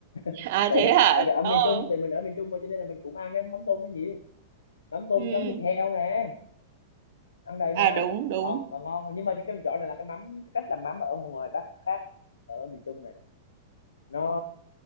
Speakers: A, on the left; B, on the right.
A: chứ
B: à
A: tại
B: thế hả
A: tại
B: Đúng
A: vì ở miền
B: không
A: Trung thì mình ở miền Trung mà cho nên là mình cũng ăn cái mắm tôm nó nhiều mắm tôm
B: ừ
A: chấm thịt heo nè ăn đầy mà
B: à đúng đúng
A: ngon mà ngon nhưng mà cái chỗ này là cái mắm cái cách làm mắm ở ngoài Bắc khác ở miền Trung này nó